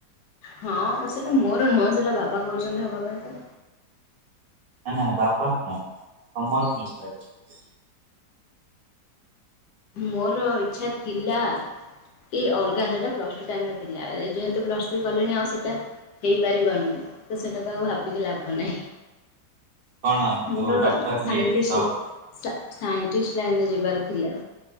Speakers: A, on the left (about 75°); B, on the right (about 70°).
A: ହଁ ସେଟା ମୋର ନୁହଁ ସେଟା ବାବା କହୁଛନ୍ତି ହବା ପାଇଁ ତ
B: <unintelligible>
A: ମୋର ଇଚ୍ଛା ଥିଲା କି ଅଲ୍ଗା ସେଟା ପ୍ଲସ୍ ଟୁ ଟାଇମ୍ ରେ ଥିଲା। ଯେହେତୁ ପ୍ଲସ୍ ଚାକିରି କଲିଣି ଆଉ ସେଟା ହେଇପାରିବନି ତ ସେଟାକୁ ଆଉ ଭାବିକି ଲାଭ ନାହିଁ।
B: କଣ ଯୋଉ
A: ମୋର
B: ଡକ୍ଟର
A: ସାଇଣ୍ଟିଷ୍ଟ
B: ନିଟ୍ ଦବ
A: ସା-ସାଇଣ୍ଟିଷ୍ଟ ଲାଇନ୍ ରେ ଯିବାର ଥିଲା।